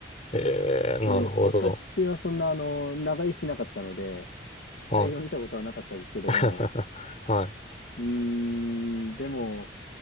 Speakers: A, on the left (about 35°); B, on the left (about 75°).
A: えー、
B: で、
A: なるほど。
B: 私はそんな、あの、長居しなかったので、死体を見たことはなかったですけども、
A: はい。<laughs> は
B: うーん、でも、